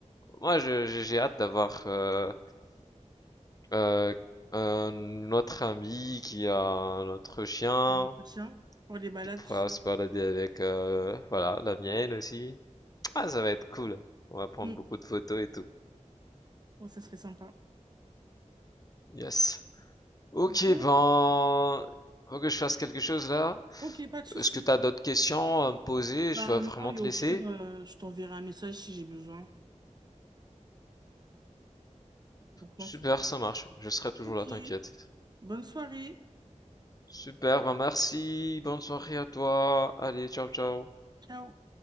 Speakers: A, on the left (about 30°); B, on the right (about 35°).
A: moi, je- j'ai j'ai hâte d'avoir euh, euh, euh, notre ami qui a notre chien.
B: Un petit chien, pour les balades,
A: Tu pourras
B: tout ça.
A: se balader avec, euh, voilà, la mienne aussi. Ah, ça va être cool. On va prendre
B: Mm.
A: beaucoup de photos et tout.
B: Ouais, ça serait sympa.
A: Yes. Ok,
B: Bon,
A: ben, faut que je fasse quelque chose là.
B: ok, pas de souci.
A: Est-ce que t'as d'autres questions à me poser?
B: Bah
A: Je dois
B: non,
A: vraiment
B: et
A: te
B: au
A: laisser.
B: pire, euh, je t'enverrai un message si j'ai besoin. Donc non,
A: Super,
B: c'est bon.
A: ça marche. Je serai toujours
B: Ok,
A: là, t'inquiète.
B: bonne soirée.
A: Super, ben merci. Bonne soirée à toi. Allez, ciao, ciao.
B: Ciao.